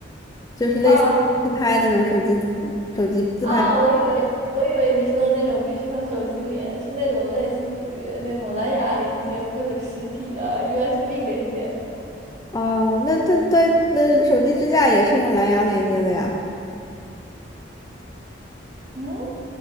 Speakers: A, on the left (about 20°); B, on the right (about 40°).
A: 就是类似自拍那种手机手机自拍。
B: 啊。啊，我以为我以为你说的那种必须和手机连，是那种类似于那种蓝牙连接或者实体的 USB 连接。
A: 哦，那它它那手机支架也是用蓝牙连接的呀。
B: 嗯，